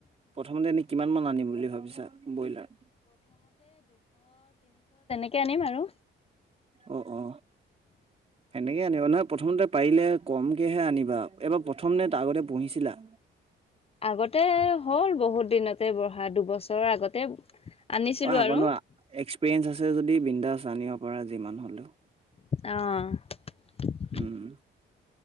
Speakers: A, on the right; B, on the left.
A: প্ৰথমতে এনে কিমান <inaudible>
B: কি আনিম আৰু
A: অ অ সেনেকে আনিবা নহয়? প্ৰথমতে পাৰিলে কমকেহে আনিবা এইবাৰ প্ৰথম নে তাৰ আগতে পুহিছিলা।
B: আগতে হ'ল। বহুত দিনতে বঢ়া দুবছৰৰ আগতে আনিছিলো
A: অ' আগনো
B: আৰু
A: এক্সপিৰিয়েঞ্চ আছে। যদি বিন্দাচ আনিব পাৰা যিমান হলেও
B: অ'
A: উম